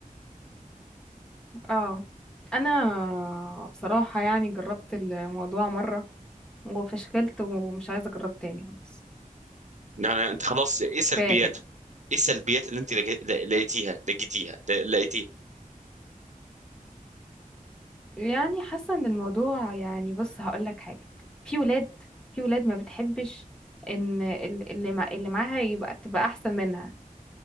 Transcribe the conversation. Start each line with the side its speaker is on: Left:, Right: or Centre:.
Centre: اه انا بصراحه يعني جربت الموضوع مره وفشكلت ومش عايزة أجرب تاني خلاص
Right: يعني انت خلاص ايه سلبياته
Centre: كفاية كده
Right: ايه السلبيات اللي انت لقي- لا- لقيتيها لقيتيها لا- لقيتيها
Centre: يعني حاسة إن الموضوع يعني بص هقولك حاجة في ولاد في ولاد ما بتحبش إن ال- اللي مع اللي معاها يبقى تبقى أحسن منها